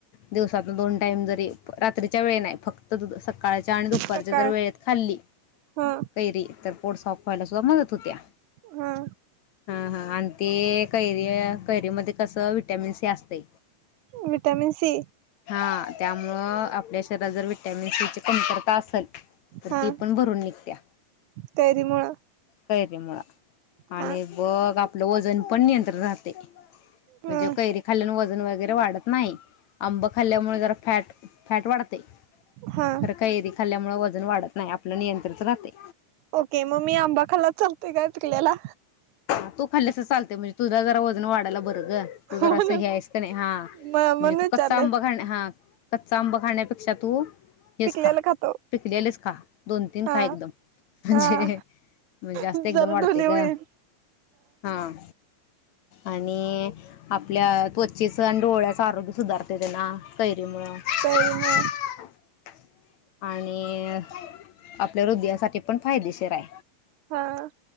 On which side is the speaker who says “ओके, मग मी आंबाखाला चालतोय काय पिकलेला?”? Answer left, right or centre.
Right